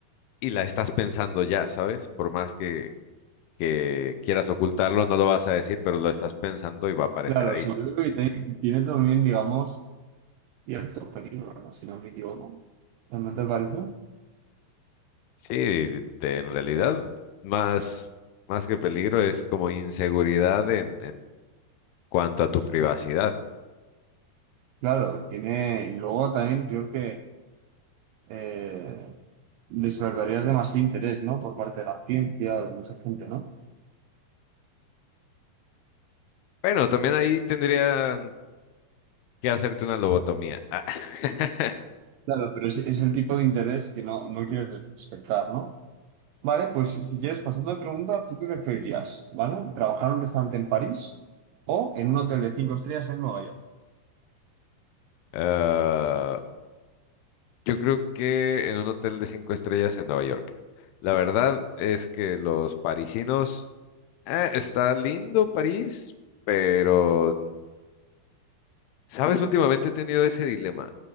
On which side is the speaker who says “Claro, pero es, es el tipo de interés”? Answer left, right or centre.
Right